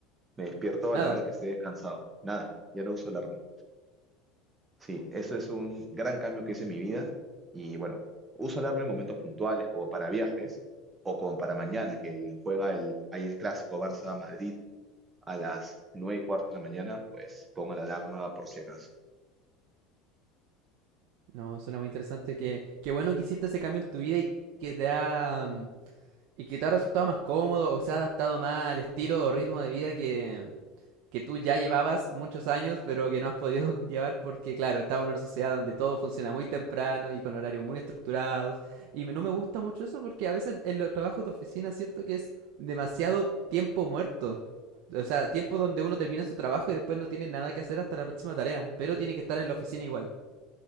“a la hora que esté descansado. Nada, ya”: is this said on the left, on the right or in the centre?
Right